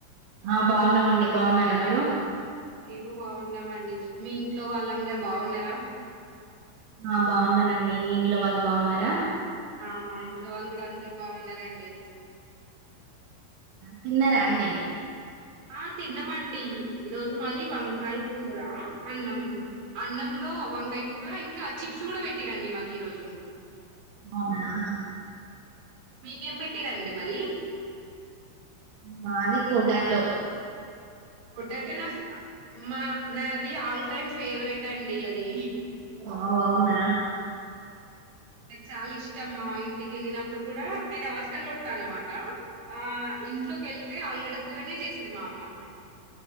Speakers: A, on the right; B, on the right.
A: ఆ బాగున్నామండి బాగున్నారా మీరు?
B: మేమ బాగున్నామ అండి మీ ఇంట్లో వాళ్ళందరు బాగున్నారా
A: ఆ బాగున్నారంండి మీ ఇంట్లో వాళ్ళు బాగున్నారా
B: ఆ మా ఇంట్లో వాళ్ళు కూడా అందరు బాగున్నారంండి
A: తిన్నారా అండి
B: ఆ తిన్నామండి ఈరోోజు మాది వంకాయ కూర అన్నం అన్నంలో వంకాయ కూర ఇంకా చిప్స్ కూడా పెట్టిరండి మాకు ఈరోోజు
A: అవునా
B: మీకేం పెట్టిరండి మరి
A: మాది పూటాటం
B: కొటాతే నా మా నా అది ఆల్ టైమ్ ఫేవరెట్ అండి అది
A: ఓ అవునా
B: నాకు చాలా ఇష్టమ్మా ఇంటికి వెళ్ళినప్పుడు కూడా నేను హాస్టల్ లో ఉంటాన అనమాట ఆ ఇంట్లోకి వెళ్తే అల్ ఎక్కడ కూూరనే చేస్తుది మా అమ్మ